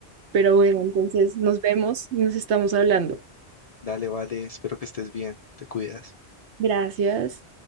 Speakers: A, on the right; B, on the left.
A: pero bueno, entonces nos vemos y nos estamos hablando.
B: Dale, vale, espero que estés bien, te cuidas.
A: Gracias.